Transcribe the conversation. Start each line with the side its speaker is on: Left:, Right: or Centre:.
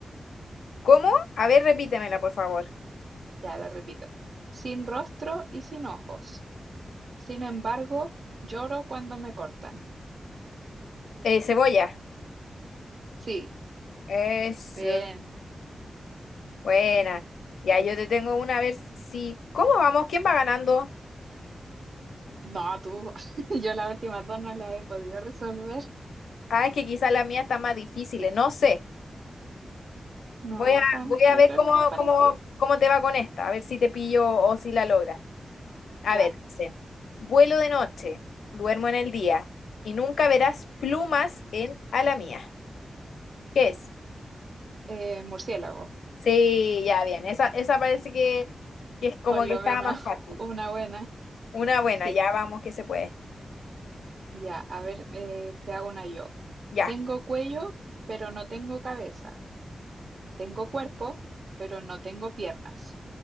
Left: ¿Cómo? A ver, repítemela, por favor.
Right: Ya la repito. Sin rostro y sin ojos. Sin embargo, lloro cuando me cortan.
Left: Eh, cebolla.
Right: Sí,
Left: Eso.
Right: bien.
Left: Buena. Ya, yo te tengo una, a ver si... ¿Cómo vamos? ¿Quién va ganando?
Right: No, tú, <laughs> yo las últimas dos no las he podido resolver.
Left: Ah, es que quizás la mía está más difícil, eh, no sé.
Right: No,
Left: Voy a,
Right: tan,
Left: voy a
Right: yo
Left: ver
Right: creo
Left: cómo,
Right: que están parecidas.
Left: cómo, cómo te va con esta, a ver si te pillo o si la logras. A
Right: Ya,
Left: ver, dice, vuelo de noche, duermo en el día y nunca verás plumas en ala mía. ¿Qué es?
Right: eh, murciélago,
Left: Sí, ya bien, esa, esa parece que, que es como
Right: por lo
Left: que estaba
Right: menos
Left: más
Right: <laughs>
Left: fácil.
Right: una buena.
Left: Una buena,
Right: Sí.
Left: ya vamos que se puede.
Right: Ya, a ver, eh, te hago una yo.
Left: Ya,
Right: Tengo cuello, pero no tengo cabeza. Tengo cuerpo, pero no tengo piernas.